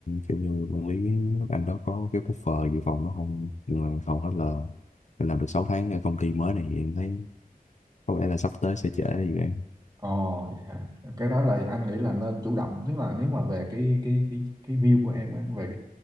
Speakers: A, on the left; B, on the right.
A: kiểu như quản lý nước Anh đó có cái buffer dự phòng nó không nhưng mà hầu hết là em làm được 6 tháng ở công ty mới này thì em thấy có vẻ là sắp tới sẽ trễ dự án
B: Ồ, dạ. Cái đó là anh nghĩ là nên chủ động, tức là nếu mà về cái cái cái cái view của em á, về